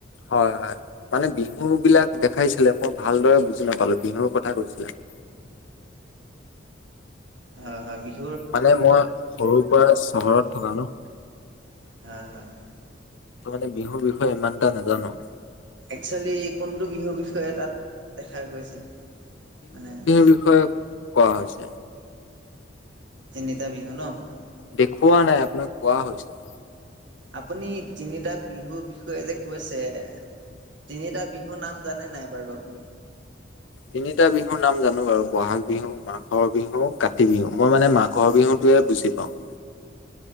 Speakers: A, on the left (about 80°); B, on the right (about 70°).
A: হয়-হয় মানে বিহুবিলাক দেখাইছিলে, মই ভালদৰে বুজি নাপালো, বিহুৰ কথা কৈছিলে। <unintelligible>
B: হয়-হয় বিহু <inaudible>
A: মানে মই সৰুৰ পৰাই চহৰত থকা ন। <unintelligible>
B: হয়-হয় <inaudible>
A: ত মানে বিহুৰ বিষয়ে ইমান এটা নাজানো। <unintelligible>
B: একচুৱেলি কোনটো বিহুৰ বিষয়ে তাত দেখা গৈছিল মানে <inaudible>
A: বিষয় <unintelligible> কোৱা হৈছে।
B: তিনিটা বিহু ন? <unintelligible>
A: দেখুওৱা নাই, আপোনাক কোৱা হৈছে। <inaudible>
B: আপুনি তিনিটা বিহুৰ বিষয়ে যে কৈছে <unintelligible> তিনিটা বিহু নাম জানে নাই বাৰু আপুনি? <inaudible>
A: তিনিটা বিহুৰ নাম জানো বাৰু বহাগ বিহু <inaudible> মাঘৰ বিহু, কাতি বিহু। মই মানে মাঘৰ বিহুটোহে বুজি পাওঁ। <inaudible>